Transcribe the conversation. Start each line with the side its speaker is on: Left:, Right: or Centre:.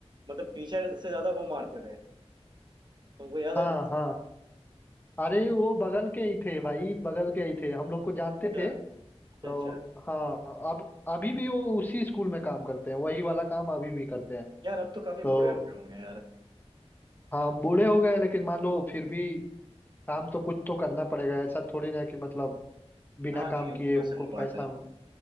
Right: मतलब पीछे से ज्यादा वो मारते थे तुमको याद
Left: हाँ
Right: है ना
Left: हाँ अरे वो बगल के ही थे भाई बगल के ही थे हम लोग को जानते
Right: अच्छा
Left: थे
Right: अच्छा
Left: तो
Right: अच्छा।
Left: हाँ अब अभी भी वो उसी स्कूल में काम करते हैं वही वाला काम अभी भी करते हैं
Right: यार अब तो काफी
Left: तो
Right: बूढ़े हो गए होंगे यार
Left: हाँ बूढ़े हो गए हैं, लेकिन मान लो फिर भी काम तो कुछ तो करना पड़ेगा ऐसा थोड़ी ना कि मतलब बिना
Right: हाँ नहीं
Left: काम
Right: वो
Left: किए
Right: तो
Left: उनको
Right: सही बात
Left: पैसा
Right: है हाँ,